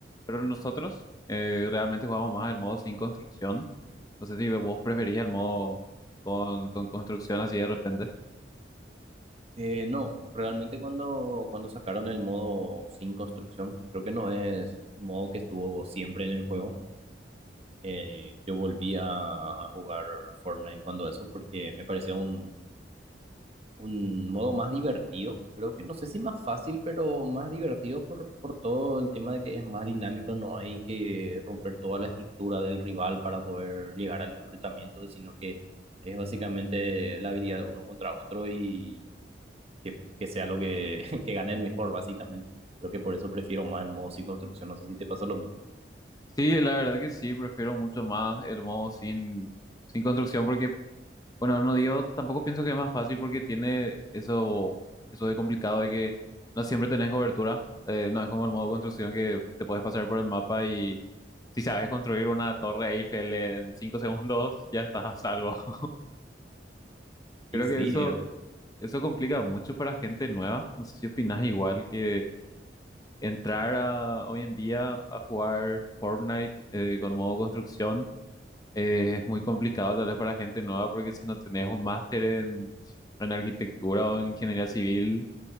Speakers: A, on the left (about 20°); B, on the right (about 35°).
A: pero nosotros eh, realmente jugamos más el modo sin construcción. No sé si vos preferís el modo con, con construcción así de repente.
B: eh, no, realmente cuando, cuando sacaron el modo sin construcción, creo que no es un modo que estuvo siempre en el juego. Eh, yo volví a, a jugar Fortnite cuando eso, porque me parecía un un modo más divertido. Creo que no sé si más fácil, pero más divertido por, por todo el tema de que es más dinámico, no hay que romper toda la estructura del rival para poder llegar al enfrentamiento, sino que es básicamente la habilidad de uno contra otro y que, que sea lo que, <laughs> que gane el mejor, básicamente. Creo que por eso prefiero más el modo sin construcción. No sé si te pasa lo mismo.
A: Sí, la verdad que sí, prefiero mucho más el modo sin, sin construcción porque, bueno, no digo, tampoco pienso que es más fácil porque tiene eso, eso de complicado de que no siempre tenés cobertura, eh, no es como el modo construcción que te puedes pasar por el mapa y si sabes construir una torre Eiffel en 5 <laughs> segundos, ya estás a salvo. <laughs> Creo
B: Y sí,
A: que eso, eso complica mucho para gente nueva, no sé si opinas igual que entrar a, hoy en día a jugar Fortnite eh, con modo construcción. Eh, es muy complicado tal vez para gente nueva porque si no tenés un máster en, en arquitectura o en ingeniería civil,